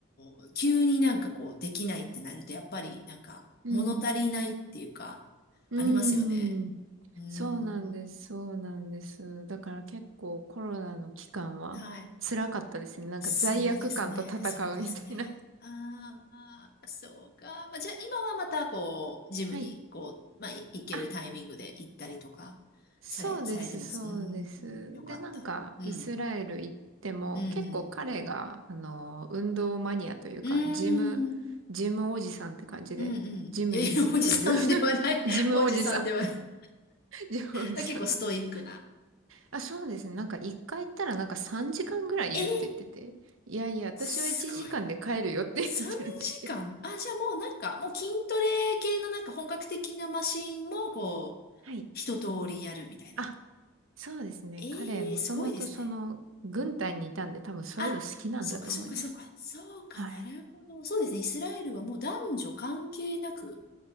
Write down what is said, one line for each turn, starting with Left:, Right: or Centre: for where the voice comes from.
Left: ー急になんかこう、できないってなると、やっぱり、なんか、
Right: うん。
Left: 物足りないっていうか、
Right: う
Left: ありますよね。
Right: ん。
Left: うん。
Right: そうなんです、そうなんです。だから結構コロナの期間は辛かったですね。
Left: はい。
Right: なんか罪悪感と戦うみたいな。
Left: そうですね、そうですね。ああ、そうか。まあ、じゃあ今はまたこう、ジムにこう、
Right: はい。
Left: まあ、い行けるタイミングで行ったりとか、
Right: あ、そうです、
Left: され、されてます。
Right: そうです。
Left: うーん、よかった。
Right: で、なんかイスラエル行っても結構彼が、
Left: うん、うん、
Right: あの、運動マニアというか、
Left: うん。うーん、
Right: ジム、ジムおじさんって感じで、
Left: うん、うん。
Right: ジムにずっといる
Left: いやいや、おじさんではない。
Right: <laughs> ジムおじさん。
Left: <laughs> おじさんではない。
Right: ジムおじさんなんで
Left: あ結構ストイックな。
Right: あ、そうですね。なんか一回行ったらなんか3時間ぐらいいるって言ってて。
Left: えー、
Right: いやいや、私は1時間で帰るよって言ってるんですけど。
Left: すごい。3時間。あ、じゃあもうなんか、もう筋トレ系のなんか本格的なマシンもこう、
Right: はい。
Left: 一通りやるみたいな。
Right: あ、そうですね。
Left: ええーすごいですね。
Right: 彼、もともとその、軍隊にいたんで多分そういうの好きなんだと思います。
Left: あ、そっかそっかそっか。そうか、
Right: はい。
Left: なるほど。そうですね。イスラエルはもう男女関係なく。